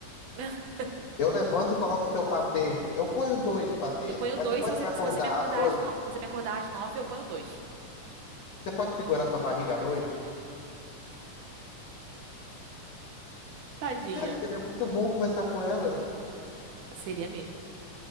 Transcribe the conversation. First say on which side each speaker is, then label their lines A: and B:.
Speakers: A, on the right (about 75°); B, on the left (about 65°).
A: <laughs>
B: Eu levanto e coloco seu patê. Eu coio dois patês,
A: Eu ponho
B: mas
A: dois,
B: você pode
A: se você,
B: me acordar
A: se você me acordar
B: às oito?
A: às no... se você me acordar às nove, eu ponho dois.
B: Você pode segurar sua barriga à noite?
A: Tadinha.
B: Cara, seria muito bom conversar com elas.
A: Seria mesmo.